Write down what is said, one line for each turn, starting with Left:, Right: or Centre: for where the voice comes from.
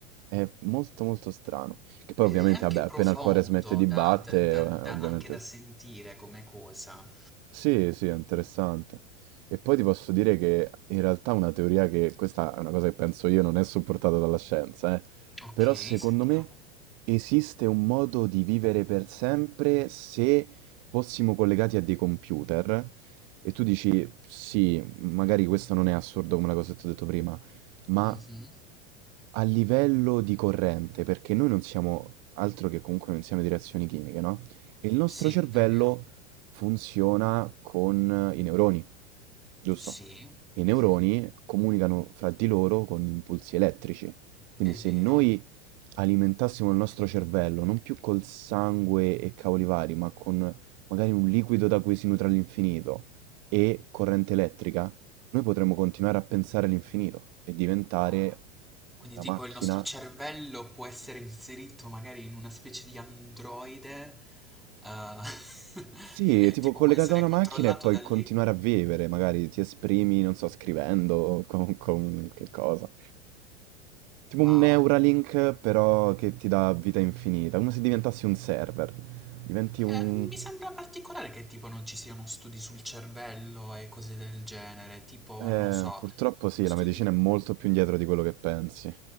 Right: È molto molto strano. Che poi
Centre: Ed
Right: ovviamente,
Centre: è anche
Right: vabbè, appena
Centre: profondo
Right: il cuore smette di battere,
Centre: da, da- da-
Right: eh,
Centre: da-
Right: ovviamente
Centre: anche da sentire come cosa.
Right: sì, sì, è interessante. E poi ti posso dire che in realtà una teoria che, questa è una cosa che penso io, non è supportata dalla scienza, eh.
Centre: Ok,
Right: Però secondo
Centre: sentiamo.
Right: me esiste un modo di vivere per sempre se fossimo collegati a dei computer. E tu dici, sì, magari questo non è assurdo come la cosa che ti ho detto prima, ma
Centre: Mhm.
Right: a livello di corrente, perché noi non siamo altro che comunque un insieme di reazioni chimiche, no? E il nostro
Centre: Sì,
Right: cervello
Centre: è vero.
Right: funziona con i neuroni, giusto?
Centre: Sì,
Right: I neuroni
Centre: mhm,
Right: comunicano fra di loro con impulsi elettrici. Quindi
Centre: È
Right: se
Centre: vero.
Right: noi Alimentassimo il nostro cervello, non più col sangue e cavoli vari, ma con magari un liquido da cui si nutre all'infinito e corrente elettrica, noi potremmo continuare a pensare all'infinito e diventare
Centre: Wow. Quindi
Right: una
Centre: tipo
Right: macchina
Centre: il nostro cervello può essere inserito magari in una specie di androide, eh, <laughs>
Right: Sì,
Centre: e
Right: tipo
Centre: tipo
Right: collegato
Centre: può essere
Right: a una
Centre: controllato
Right: macchina e poi
Centre: da lì.
Right: continuare a vivere, magari ti esprimi, non so, scrivendo, o con, con che cosa. Tipo
Centre: Wow.
Right: un Neuralink, però che ti dà vita infinita, come se diventassi un server. Diventi un...
Centre: Eh, mi sembra particolare che tipo non ci siano studi sul cervello e cose del genere, tipo,
Right: Eh,
Centre: non lo so,
Right: purtroppo sì,
Centre: studi...
Right: la medicina è molto più indietro di quello che pensi.